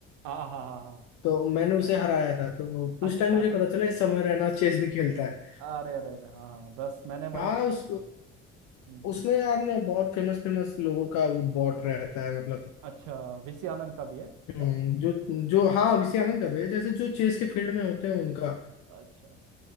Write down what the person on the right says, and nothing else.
हाँ हाँ हाँ हाँ
अच्छा
अरे अरे अरे हाँ हाँ बस मैंने वहीं
से सुना
है हम्म,
अच्छा वीसी आनंद का भी है क्या
अच्छा